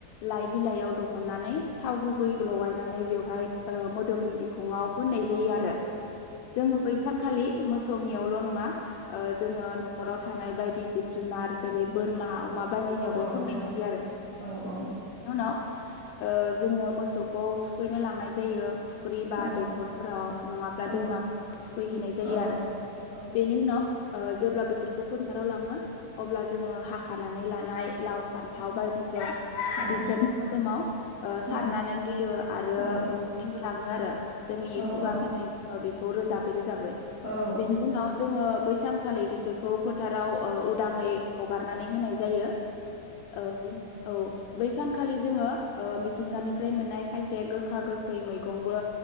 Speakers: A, on the left (about 75°); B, in the centre.
A: लाइ बिलाइयाव द हननानै थाव गुबै लगायनानै बेवहाय मोदोमनि ओ बिखुङाव फोननाय जायो आरो जोङो बै सानखालि मोसौनियावल' नङा जोङो न'खराव थानाय बायदि जिब जुनार जेरै बोरमा अमा बायदिनियावबो
B: औ
A: फोननाय
B: नोंथां
A: जायो आरो
B: औ औ
A: बेनि उनाव ओ जोङो मो म़सौखौ थुखैनो लांनाय जायो फुख्रि बा
B: औ
A: दैखरफोराव नङाब्ला
B: औ
A: दैमाफोरावबो थुखैहैनाय जायो
B: औ
A: आरो
B: औ
A: बेनि उनाव जेब्ला बिसोरखौ फोथाराव लाङो अब्ला जोङो हाखानानै लानाय लानाय फान्थाव बायदिसिना
B: औ
A: बिसोरनि मोदोमाव ओ सारनानै
B: औ
A: होयो आरो
B: औ
A: बुंथिबो लाङो आरो जोंनि
B: औ
A: खुगा मेथाइ बेखौ रोजाबै रोजाबै
B: औ
A: बेनि उनाव जोङो बै सानखालि बिसोर खौ फोथाराव ओ उदाङै हगारनानै होनाय जायो औ औ बै सानखालि जोङो ओ मिथिंगानिफ्राय मोननाय खायसे गोखा गोखै मैगंबो